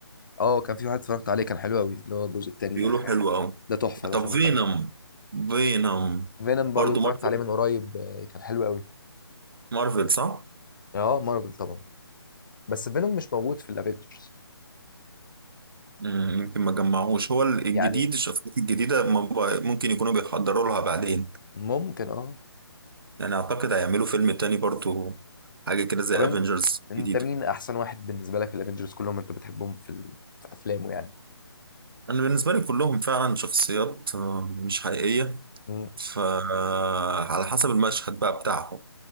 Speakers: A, on the left; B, on the right.
A: اه كان في واحد اتفرجت عليه كان حلو قوي اللي هو الجزء التاني
B: بيقولوا
A: الاخير
B: حلو أوي
A: ده تحفه ده
B: طب
A: اتفرجت
B: فينوم
A: عليه كمان
B: فينوم
A: فينوم برضو
B: برضه
A: اتفرجت
B: مارفل
A: عليه من قريب آه، كان حلو قوي
B: مارفل صح؟
A: اه مارفل طبعا بس فينوم مش موجود في الافينجرز
B: مم، يمكن ما جمعوش هو الجديد
A: يعني
B: الشخصيات الجديدة ما ب- ممكن يكونوا بيحضروا لها بعدين
A: ممكن اه
B: يعني أعتقد هيعملوا فيلم تاني برضه حاجة كده زي
A: طب انت
B: افنجرز
A: انت
B: جديدة
A: مين احسن واحد بالنسبه لك في الافنجرز كلهم انت بتحبهم في, ال... في افلامه يعني
B: أنا بالنسبة لي كلهم فعلا شخصيات آه، مش حقيقية
A: مم.
B: فعلى حسب المشهد بقى بتاعهم